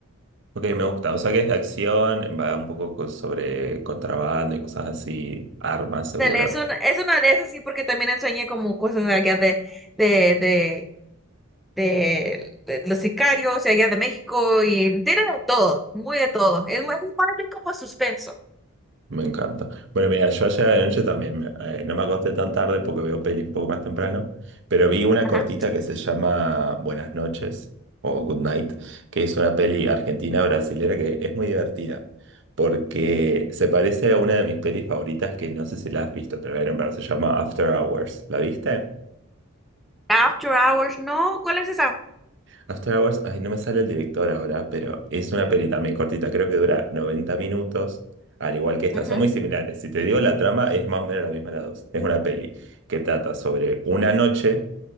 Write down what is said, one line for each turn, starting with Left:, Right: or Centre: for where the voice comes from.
Right: ok, me gusta. O sea que es de acción, va un poco co- sobre contrabando y cosas así, armas, seguro.
Centre: Dale, es, un- es una de esas, sí, porque también enseñé como cosas de allá de, de, de, de, de los sicarios, y allá de México, y tiene de todo, muy de todo. Es, muy- es más bien como suspenso.
Right: Me encanta. Bueno, mira, yo ayer de noche también, me- eh, no me acosté tan tarde porque veo pelis un poco más temprano, pero vi una
Centre: Ajá.
Right: cortita que se llama Buenas noches o Good Night, que es una peli argentina brasilera que es muy divertida, porque se parece a una de mis pelis favoritas que no sé si la has visto, te la voy a nombrar, se llama After Hours. ¿La viste?
Centre: After Hours, no, ¿cuál es esa?
Right: After Hours, ay, no me sale el director ahora, pero es una peli también cortita, creo que dura 90 minutos, al igual que esta,
Centre: Ujú,
Right: son muy similares. Si te digo la trama, es más o menos la misma la dos. Es una peli que trata sobre una noche,